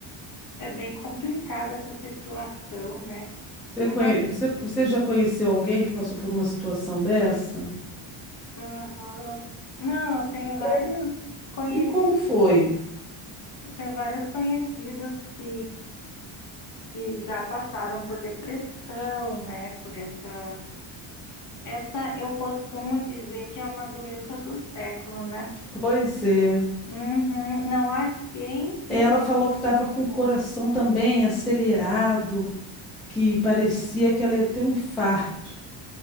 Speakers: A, on the left; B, in the centre.
A: é bem complicada essa situação, né?
B: Você, conhe...
A: Mas,
B: você, você já conheceu alguém que passou por uma situação dessa?
A: aham. Não, eu tenho
B: E
A: vários
B: como,
A: conhecidos.
B: e como foi?
A: Tem vários conhecidos que, que já passaram por depressão, né? Por essa. Essa eu costumo dizer que é uma doença do século, né?
B: Pois é.
A: Uhum, não há quem. não
B: Ela falou que estava com o
A: fale.
B: coração também acelerado, que parecia que ela ia ter um infarto.